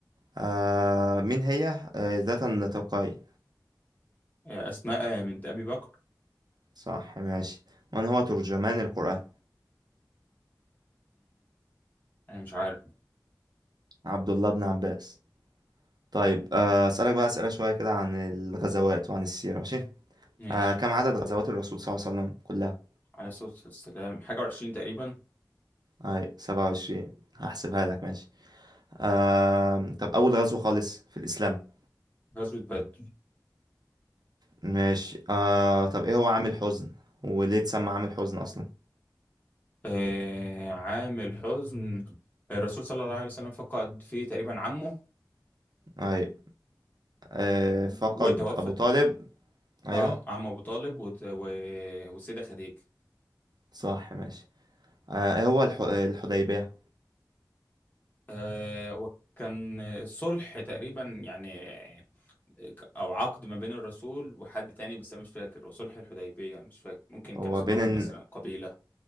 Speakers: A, on the right; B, on the left.
A: آه مين هي آه ذات النطاقين؟
B: آه، أسماء بنت أبي بكر
A: صح ماشي من هو ترجمان القرآن؟
B: انا مش عارف
A: عبد الله بن عباس طيب آه، أسألك بقى أسئلة شوية كده عن الغزوات وعن السيرة ماشي
B: ماشي
A: آه، كم عدد غزوات الرسول صلى الله عليه وسلم كلها؟
B: على صوت السلام حاجة وعشرين تقريبا
A: هاي 27 هحسبها لك ماشي آه، طب أول غزوة خالص في الإسلام
B: غزوة بدر
A: ماشي آه، طب إيه هو عام الحزن؟ وليه اتسمى عام الحزن أصلا؟
B: آه عام الحزن الرسول صلى الله عليه وسلم فقد فيه تقريبا عمه
A: هاي آه، فقد
B: وتوفت
A: أبو طالب أيوه
B: اه عم ابو طالب وت... و... والسيدة خديجة
A: صح ماشي آه، إيه هو الح- الحديبية؟
B: آه وكان صلح تقريبا يعني آه، او عقد ما بين الرسول وحد تاني بس انا مش فاكر وصلح الحديبية مش فاكر ممكن
A: هو
B: كان اسمهم
A: بين الن-
B: مثلا قبيلة